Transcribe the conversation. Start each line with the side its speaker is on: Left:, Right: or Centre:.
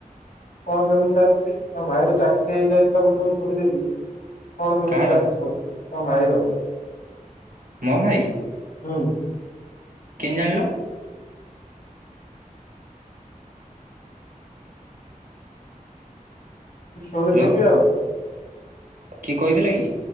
Left: କଣ କେମିତି ଚାଲିଛି? ତମ ଭାଇର ଚାକିରି ହେଇଯାଇଥିଲା ବୋଲି ମୁଁ ଶୁଣିଥିଲି କଣ କେମିତି
Right: କାହାର
Left: ଚାଲିଛି ତମ ଭାଇର?
Right: ମୋ ଭାଇ?
Left: ହୁଁ,
Right: କେମିତି ଜାଣିଲ?
Left: ଶୁଣିଥିଲି
Right: ହ୍ୟାଲୋ
Left: ଆଉ,
Right: କିଏ କହିଥିଲେ କି?